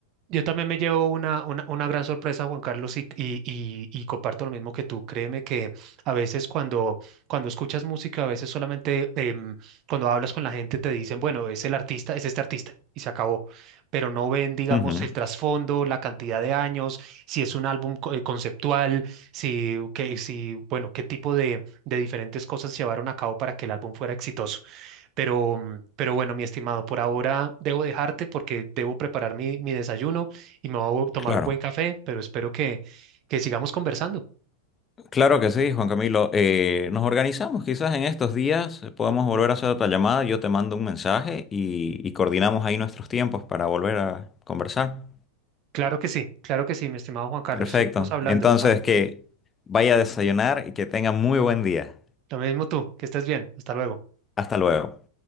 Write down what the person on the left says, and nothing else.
Ujú,
claro.
Claro que sí, Juan Camilo. Eh, nos organizamos quizás en estos días, podemos volver a hacer otra llamada, yo te mando un mensaje y, y coordinamos ahí nuestros tiempos para volver a conversar.
Perfecto.
Entonces,
que vaya a desayunar y que tenga muy buen día.
Hasta luego.